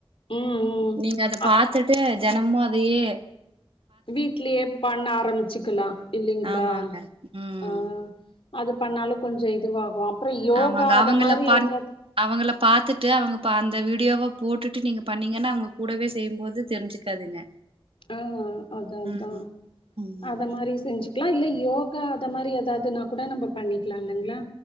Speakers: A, on the left; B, on the right.
A: ம் ம்
B: நீங்க அத பாத்துட்டு தெனமு அதயே
A: வீட்லியே பண்ண ஆரம்ச்சுக்கலா இல்லிங்ளா
B: ஆமாங்க ம்
A: அ. அது பண்ணாலு கொஞ்சோ இதுவாகு அப்றோ யோகா
B: ஆமாங்க
A: அத
B: அவங்கள
A: மாரி
B: பான்
A: எதாது
B: அவங்கள பாத்துட்டு அவங்க ப அந்த வீடியோவ போட்டுட்டு நீங்க பண்ணீங்கன்னா அவுங்க கூடவே செய்யும்போது தெரிஞ்சுக்காதுங்க.
A: அ அதா அதா
B: ம். ம்
A: அத மாரி செஞ்சு க்லா இல்ல யோகா அத மாரி எதாதுன்னா கூட நம்ப பண்ணிக்லா இல்லங்ளா?